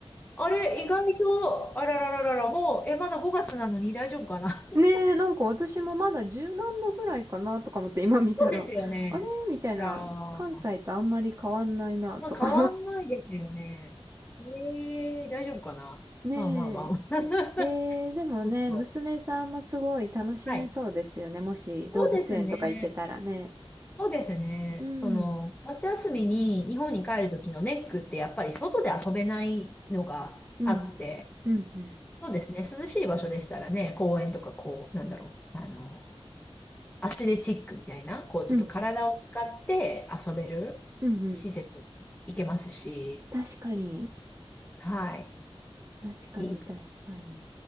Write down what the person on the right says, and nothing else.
ねえ、
なんか私もまだ十何度ぐらいかなとか思って今見たら、
あれみたいな、
関西とあんまり変わんないなとか。
<laughs> ねえ。
えー、でもね、
娘さんもすごい楽しめそうですよね。
もし動物園とか行けたらね。
うん。
うん。うん。うん。
うん。うんうん。確かに。
確かに、
確かに。